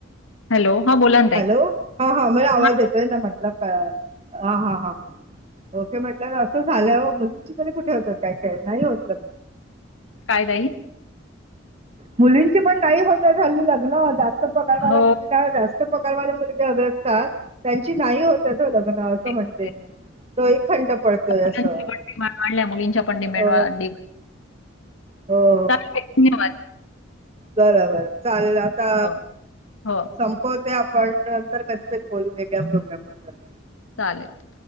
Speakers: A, on the left (about 75°); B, on the right (about 30°).
A: हॅलो हा बोला
B: हॅलो हा हा म आवाज
A: हां.
B: येतोय ना म्हटलं हा हा हा हां ओके म्हट असं झाल्यावर मुलींची क कुठे होतात काय खेळ नाही होत
A: काय तई
B: मुलींची पण नाही होत झाली लग्न जास्त पगारवाल्या
A: हो,
B: मुलीं जास्त प्रकारवाले मुलगे हवे असतात त्यांची नाही हो त्याच लग्न असं म्हणते
A: आहे.
B: मी तोही खंड पडतोय
A: मुलांच्या
B: असं
A: पण डिमांड वाढल्या, मुलींच्या पण डिमांड
B: अ
A: वाढली.
B: हो
A: धन्यवाद
B: बर बरं चालेल आता
A: हो, हो.
B: संपवते आपण नंतर कधीतरी बोलू घे प्रोग्राम बद्दल
A: चालेलल